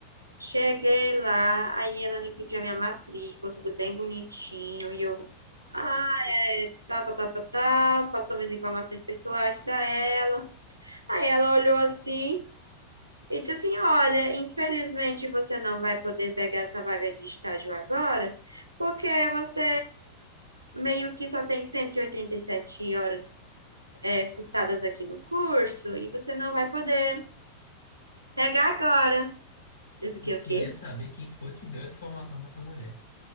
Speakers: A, on the right (about 80°); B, on the left (about 75°).
A: cheguei lá, aí ela me pediu a minha matrícula, tudo bem bonitinho, e eu. "Ah, Tá, tá, tá, tá, tá. Passou minhas informações pessoais para ela. Aí ela olhou assim e disse assim: Olha, infelizmente você não vai poder pegar essa vaga de estágio agora, porque você meio que só tem cento e e oitenta e sete horas é, cursadas aqui no curso e você não vai poder pegar agora. Eu fiquei
B: Eu queria
A: o quê?
B: saber quem foi que deu essa informação pra essa mulher.